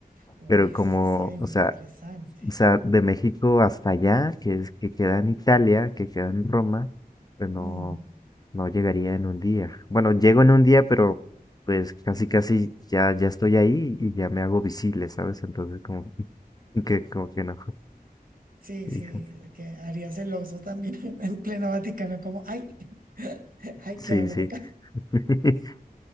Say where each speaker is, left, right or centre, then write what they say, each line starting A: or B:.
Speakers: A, on the right; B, on the left.
A: Uy,
B: Pero
A: ese
B: como,
A: sí está bien
B: o
A: interesante.
B: sea, o sea, de México hasta allá, que es que queda en Italia, que queda en Roma, pues no,
A: Mm.
B: no llegaría en un día. Bueno, llego en un día, pero pues casi casi ya, ya estoy ahí y ya me hago visible, ¿sabes? Entonces como que como que no. <laughs>
A: Sí,
B: Hija.
A: sí, que haría celoso también <laughs> en pleno Vaticano, como, ay, <laughs> ay,
B: Sí,
A: ¿qué hago
B: sí.
A: acá?
B: <laughs>